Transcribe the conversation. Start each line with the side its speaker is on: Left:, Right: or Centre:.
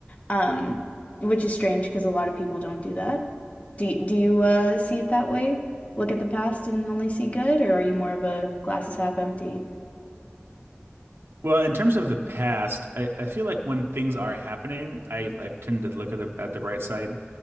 Left: Um, which is strange because a lot of people don't do that. Do y- do you uh see it that way? Look at the past and only see good, or are you more of a glasses half empty?
Right: Well, in terms of the past, I, I feel like when things are happening, I, I tend to look at the at the bright side.